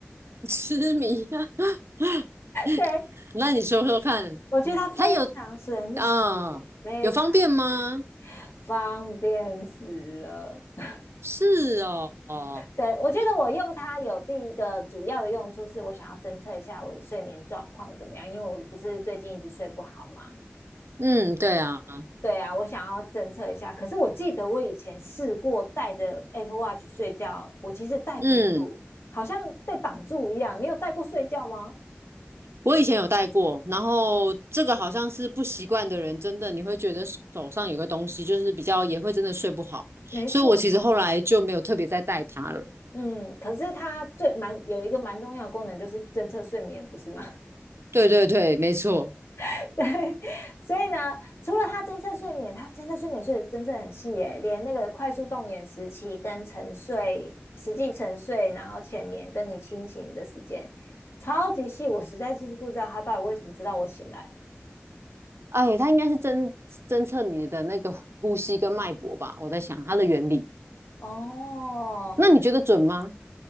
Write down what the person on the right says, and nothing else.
<laughs> 痴迷啊 <laughs>
那你说说看，
它有啊、
有方便吗？
是哦，哦，
嗯，对啊，
嗯。
我以前有戴过，然后这个好像是不习惯的人，真的你会觉得手上有个东西，就是比较也会真的睡不好，
所以我其实后来就没有特别再戴它了。
对对对，没错。
哎，它应该是侦侦测你的那个呼吸跟脉搏吧，我在想它的原理。
那你觉得准吗？